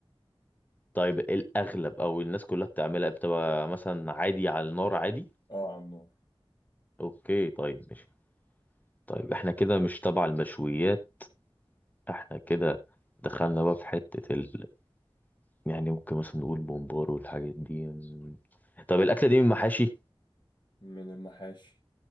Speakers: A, on the left; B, on the left.
A: طيب الأغلب أو الناس كلها بتعملها بتبقى مثلا عادي على النار عادي؟
B: اه على النار
A: أوكي طيب ماشي طيب إحنا كده مش تبع المشويات إحنا كده دخلنا بقى في حتة ال... يعني ممكن مثلا نقول بومبار والحاجات دي م. طب الأكلة دي من محاشي؟
B: من المحاشي